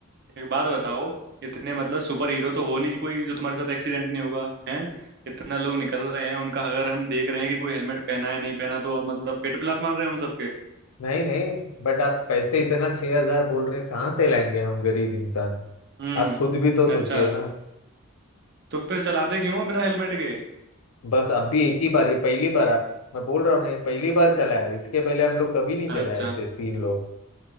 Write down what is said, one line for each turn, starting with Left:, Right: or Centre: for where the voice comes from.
Right: एक बात बताओ इतने मतलब सुपर हीरो तो हो नहीं कोई जो तुम्हारे साथ एक्सीडेंट नहीं होगा हैं इतना लोग निकल रहे हैं उनका अगर हम देख रहे हैं कि कोई हेलमेट पहना है नहीं पहना तो हम मतलब पेट पे लात मार रहे हैं हम सबके
Left: नहीं नहीं बट आप पैसे इतना छह हजार बोल रहे हैं कहाँ से लाएंगे हम गरीब इंसान
Right: हम्म
Left: आप खुद भी तो सोचिए
Right: अच्छा
Left: ना
Right: तो फिर चलाते क्यों हो बिना हेलमेट के
Left: बस अब भी एक ही बार ये पहली बार आप मैं बोल रहा हूँ नहीं पहली बार चला है इसके पहले हम लोग कभी नहीं चलाया
Right: अच्छा
Left: ऐसे तीन लोग